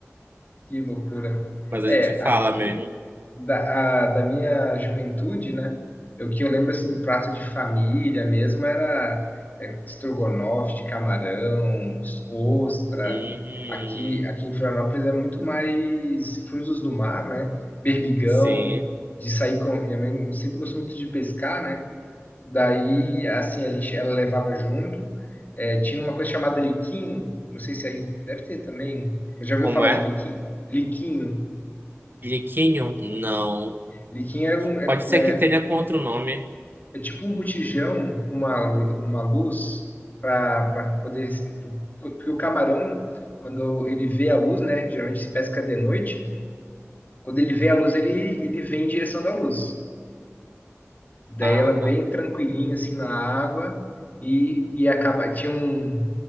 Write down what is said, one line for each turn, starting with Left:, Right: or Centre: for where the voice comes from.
Left: que loucura.
Right: Mas a
Left: É,
Right: gente fala
Left: aqui.
Right: mesmo.
Left: da, a- da minha juventude, né? O que eu lembro, assim, prato de família mesmo era é, estrogonofe de camarão, ostra.
Right: Hum,
Left: Aqui, aqui em Florianópolis é muito mais frutos do mar, né? Berbigão,
Right: sim.
Left: de sair com... Minha mãe sempre gostou muito de pescar, né? Daí, assim, a gente, ela levava junto. É, tinha uma coisa chamada liquinho, não sei se aí deve ter também. Já ouviu
Right: Como
Left: falar
Right: é?
Left: de liquinho? Liquinho.
Right: Liquinho? Não.
Left: Liquinho é, um, é,
Right: Pode ser
Left: né,
Right: que tenha com outro nome.
Left: É tipo um botijão com uma, uma luz para poder. se- pro- Porque o camarão, quando ele vê a luz, né? Geralmente se pesca de noite. Quando ele vê a luz, ele, ele vem em direção da luz. Daí
Right: Ah,
Left: ela é bem tranquilinha assim na água e, e acaba. Tinha um,